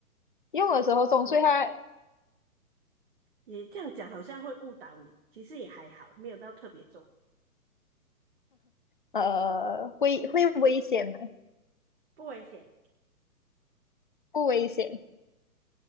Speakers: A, on the left; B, on the right.
A: 用的时候重，
B: 对，嗯，
A: 所以它
B: 也这样讲好像会误导你，其实也还好，没有到特别重，
A: 呃会会危险吗？
B: 不危险，
A: 不危险。